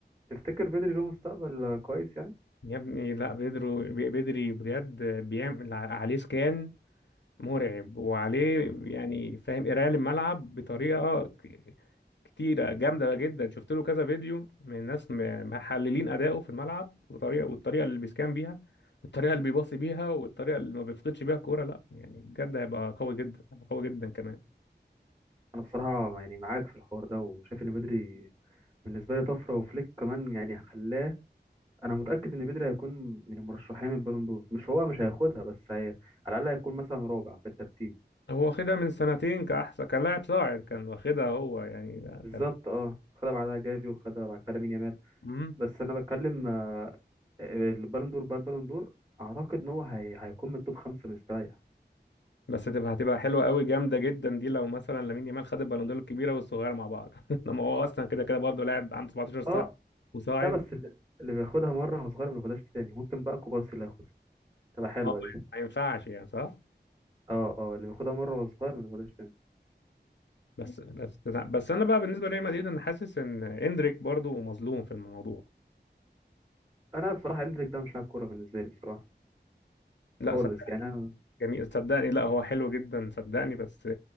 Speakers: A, on the right (about 25°); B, on the left (about 80°).
A: تفتكر بدري له مستقبل آه، كويس يعني
B: يا ابني لا بيدرو بي- بدري بجد بيعمل ع- عليه سكان مرعب وعليه يعني فاهم قرايه للملعب بطريقه ك- كتيره جامده جدا شفت له كذا فيديو من ناس م- محللين اداؤه في الملعب وطريقه والطريقه اللي بيسكان بيها والطريقه اللي بيباصي بيها والطريقه اللي ما بيفقدش بيها الكوره لا يعني بجد هيبقى قوي جدا هيبقى قوي جدا كمان
A: انا بصراحه يعني معاك في الحوار ده وشايف ان بدري بالنسبه لي طفره وفليك كمان يعني خلاه انا متاكد ان بدري هيكون من المرشحين البالون دور مش هو مش هياخدها بس هي... على الاقل هيكون مثلا رابع في الترتيب
B: هو واخدها من سنتين كأحسن كان لاعب صاعد كان واخدها هو يعني ده
A: بالظبط
B: كان
A: اه خدها بعدها جافي وخدها بعد كده مين يامال
B: مم.
A: بس انا بتكلم آه، آه، البالون دور بالبالون دور اعتقد ان هو هي... هيكون من التوب خمسه مستريح
B: بس هتبقى هتبقى حلوة قوي جامدة جدا دي لو مثلا لامين يامال خد البالون دور الكبيرة والصغيرة مع بعض <laughs> انما هو اصلا كده كده برضه لاعب عنده 17 سنة
A: اه
B: وصاعد
A: لا بس اللي اللي بياخدها مره وهو صغير ما بياخدهاش تاني ممكن بقى كوبارسي اللي ياخدها تبقى حلوه
B: اه
A: دي
B: ما ينفعش يعني صح
A: اه اه اللي بياخدها مره وهو صغير ما بياخدهاش تاني
B: بس بس بس انا بقى بالنسبة لريال مدريد انا حاسس ان اندريك برضه مظلوم في الموضوع
A: انا بصراحه اندريك ده مش لاعب كوره بالنسبه لي بصراحه
B: لا
A: خالص
B: صدقني
A: يعني انا
B: جميل صدقني لا هو حلو جدا صدقني بس